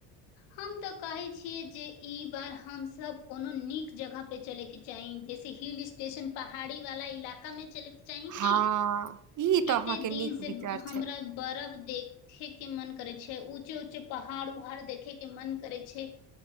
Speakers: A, on the left; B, on the right.
A: हम तऽ कहे छीयै जे ई बार हमस कोनो नीक जगह पे चले केँ चाहि जैसे हिल स्टेशन पहाड़ी वाला इलाका मे चले चाहि
B: हाँ,
A: की
B: ई तऽ
A: कते
B: अहाँके नीक
A: दिन से
B: विचार
A: हमरा
B: छै।
A: बर्फ देखे केँ मन करे छै ऊचे ऊचे पहाड़ उहाड़ देख देखे केँ मन करै छै